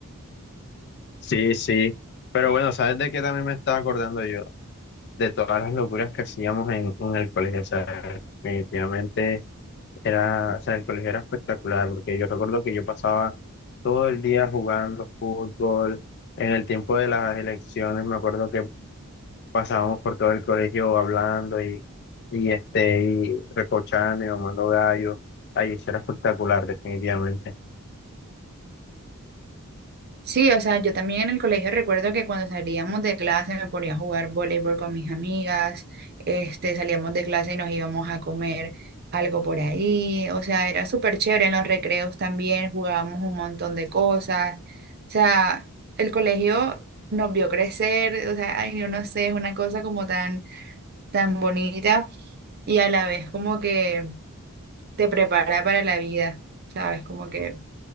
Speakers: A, on the left; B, on the right.
A: Sí, sí. Pero bueno, ¿sabes de qué también me estaba acordando yo? De todas las locuras que hacíamos en, en el colegio. O sea, definitivamente era, o sea, el colegio era espectacular, porque yo recuerdo que yo pasaba todo el día jugando fútbol. En el tiempo de las elecciones, me acuerdo que pasábamos por todo el colegio hablando y, y, este, y recochando y mamando gallo. Ay, eso era espectacular, definitivamente.
B: Sí, o sea, yo también en el colegio recuerdo que cuando salíamos de clase me ponía a jugar voleibol con mis amigas, este, salíamos de clase y nos íbamos a comer algo por ahí, o sea, era súper chévere, en los recreos también jugábamos un montón de cosas, o sea, el colegio nos vio crecer, o sea, ay, yo no sé, es una cosa como tan, tan bonita y a la vez como que te prepara para la vida, ¿sabes? Como que...